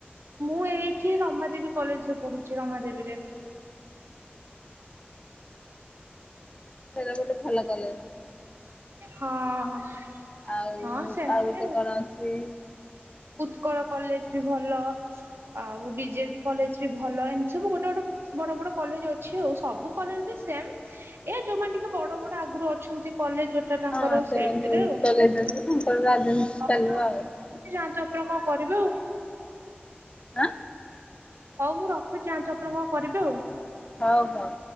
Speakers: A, on the right; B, on the left.
A: ମୁଁ ଏଇଠି ରମାଦେବୀ କଲେଜରେ ପଢୁଚି। ରମାଦେବୀରେ।
B: ସେଇଟା ଗୋଟେ ଭଲ କଲେଜ୍ ସେଠି।
A: ହଁ ହଁ
B: ଆଉ
A: ହଁ ସେମିତି
B: ଆଉ ଗୋଟେ କଣ ଅଛି
A: ଉତ୍କଳ
B: ମନେ
A: କଲେଜ
B: ପଡୁନି।
A: ବି ଭଲ। ଆଉ ବିଜେବି କଲେଜ ବି ଭଲ। ଏମିତି ସବୁ ଗୋଟେ ଗୋଟେ ବଡ଼ ବଡ଼ କଲେଜ ଅଛି ଆଉ। ସବୁ କଲେଜ୍ ରେ ସେମ୍। ଏଇଆ ଯୋଉମାନେ ଟିକେ ବଡ଼ ବଡ଼ ଆଗରୁ ଅଛନ୍ତି କଲେଜ ଟା ତାଙ୍କର
B: ହଁ ସେମାନେ
A: ସେଇଥିରେ ଆଉ।
B: <unintelligible>
A: ଆଉ ଯାଆନ୍ତୁ ଆପଣ କଣ କରିବେ ଆଉ।
B: ଆଁ?
A: ହଉ ମୁଁ ରଖୁଚି ଯାଆନ୍ତୁ ଆପଣ କଣ କରିବେ ଆଉ।
B: ହଉ ହଉ।